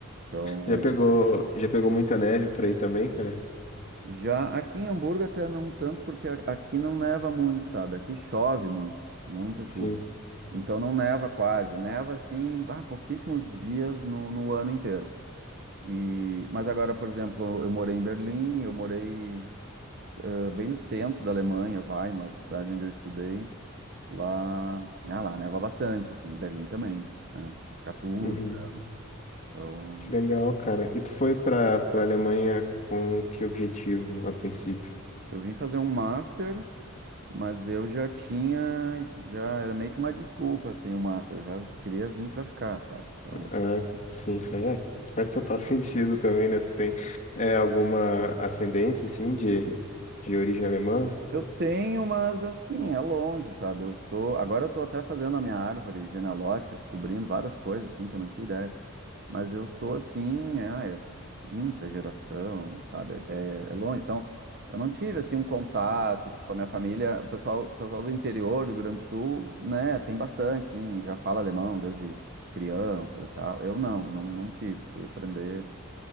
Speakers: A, on the right; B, on the left.
A: Então.
B: Já pegou, já pegou muita neve por aí também, cara?
A: Já aqui em Hamburgo até não tanto, porque a- aqui não neva muito, sabe? Aqui chove muito, muita chuva.
B: Sim.
A: Então não neva quase, neva assim, ah, pouquíssimos dias no, no ano inteiro. E, mas agora, por exemplo, eu morei em Berlim, eu morei eh, bem no centro da Alemanha, Weimar, cidade onde eu estudei. Lá, ah, lá neva bastante, assim, em Berlim também, né? De ficar tudo.
B: Uhum.
A: né? Então,
B: Que legal, cara. E tu foi pra, pra Alemanha com que objetivo a princípio?
A: eu vim fazer um master Mas eu já tinha, já era meio que uma desculpa, assim, o Master. Eu já queria vir pra ficar, sabe? Então,
B: Ah, sim, foi, é, faz total <laughs> sentido também, né? Tu tem é, alguma ascendência, assim, de, de origem alemã?
A: eu tenho, mas assim, é longe, sabe? Eu sou. Agora eu tô até fazendo a minha árvore genealógica, descobrindo várias coisas, assim, que eu não tinha ideia. Mas eu sou assim, é, ah, é s- quinta geração, sabe? É, é- é longe. Então, eu não tive assim um contato, tipo, a minha família, o pessoal, o pessoal do interior do Rio Grande do Sul, né, tem bastante, sim, já fala alemão desde criança e tal. Eu não, não, não tive, fui aprender.